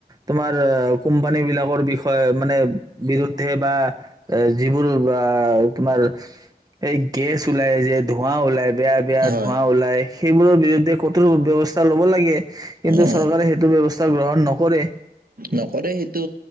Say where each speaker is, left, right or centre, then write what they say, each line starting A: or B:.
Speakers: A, on the right; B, on the right.
A: তোমাৰ কোম্পানী বিলাকৰ বিষয়ে মানে বিৰুদ্ধে বা যিবোৰ বা তোমাৰ এই গেছ ওলায় যে ধোঁৱা ওলায় বেয়া বেয়া
B: হয়
A: ধোঁৱা ওলায়, সেইবোৰৰ বিৰুদ্ধে ক ব্যৱস্থা ল'ব লাগে। কিন্তু
B: অ
A: চৰকাৰে সেইটো ব্যৱস্থা গ্ৰহণ নকৰে।
B: নকৰে সেইটো